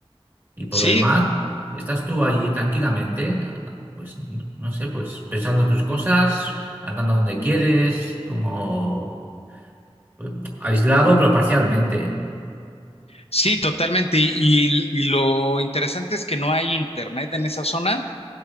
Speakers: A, on the right; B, on the left.
A: Y por
B: Sí,
A: lo demás, estás tú ahí tranquilamente, pues no sé, pues pensando tus cosas, andando donde quieres, como eh, aislado, pero parcialmente.
B: Sí, totalmente. Y, y- y lo interesante es que no hay internet en esa zona